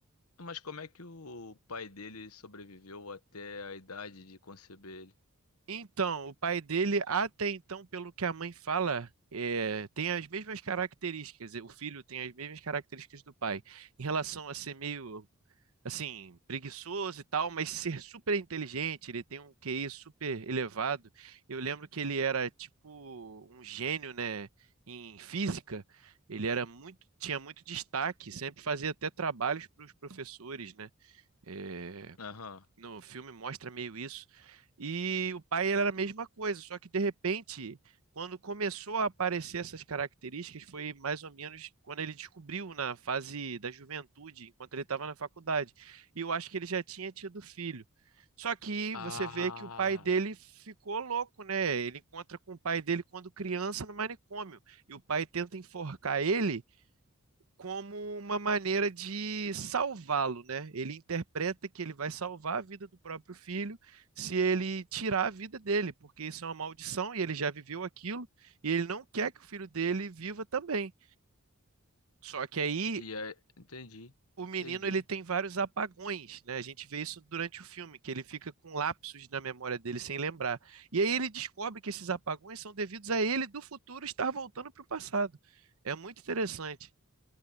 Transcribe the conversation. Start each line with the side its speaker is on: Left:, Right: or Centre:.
Left: Mas como é que o pai dele sobreviveu até a idade de conceber ele?
Right: Então, o pai dele, até então, pelo que a mãe fala, é, tem as mesmas características. O filho tem as mesmas características do pai, em relação a ser meio assim, preguiçoso e tal, mas ser super inteligente, ele tem um QI super elevado. Eu lembro que ele era tipo um gênio, né, em física. Ele era muito, tinha muito destaque, sempre fazia até trabalhos para os professores, né? Eh,
Left: Aham.
Right: no filme mostra meio isso. E o pai era a mesma coisa, só que de repente, quando começou a aparecer essas características, foi mais ou menos quando ele descobriu na fase da juventude, enquanto ele estava na faculdade. E eu acho que ele já tinha tido filho. Só que
Left: Ah,
Right: você vê que o pai dele ficou louco, né? Ele encontra com o pai dele quando criança no manicômio. E o pai tenta enforcar ele como uma maneira de salvá-lo, né? Ele interpreta que ele vai salvar a vida do próprio filho se ele tirar a vida dele, porque isso é uma maldição e ele já viveu aquilo e ele não quer que o filho dele viva também. Só que aí
Left: E aí, entendi,
Right: o menino
Left: entendi.
Right: ele tem vários apagões, né? A gente vê isso durante o filme, que ele fica com lapsos na memória dele sem lembrar. E aí ele descobre que esses apagões são devidos a ele do futuro estar voltando para o passado. É muito interessante.